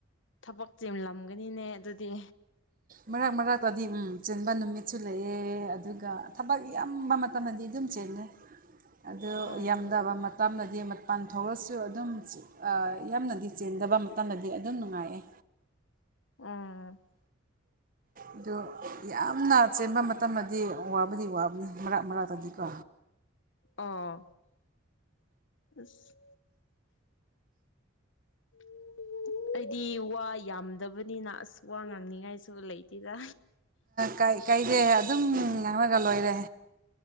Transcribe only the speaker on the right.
ꯃꯔꯛ ꯃꯔꯛꯇꯗꯤ ꯎꯝ ꯆꯤꯟꯕ ꯅꯨꯃꯤꯠꯁꯨ ꯂꯩꯑꯦ ꯑꯗꯨꯒ ꯊꯕꯛ ꯏꯌꯥꯝꯕ ꯃꯇꯝ <unintelligible> ꯑꯗꯨꯝ ꯆꯤꯜꯂꯦ꯫
ꯑꯗꯨ
ꯌꯥꯝꯝꯗꯕ ꯃꯇꯝꯅꯗꯤ ꯄꯥꯟ ꯊꯣꯛꯂꯁꯨ ꯑꯗꯨꯝ ꯑ ꯌꯥꯝꯅꯗꯤ ꯆꯦꯟꯗꯕ ꯃꯇꯝꯗꯗꯤ ꯑꯗꯨꯝ ꯅꯨꯡꯉꯥꯏꯑꯦ
ꯑꯗꯨ ꯌꯥꯝꯅ ꯆꯦꯟꯕ ꯃꯇꯝꯗꯗꯤ ꯋꯥꯕꯨꯗꯤ ꯋꯥꯕꯅꯤ ꯃꯔꯥꯛ ꯃꯔꯥꯛꯇꯗꯤꯀꯣ
ꯀꯩ <unintelligible> ꯑꯗꯨꯝ ꯉꯥꯡꯉꯒ ꯂꯣꯏꯔꯦ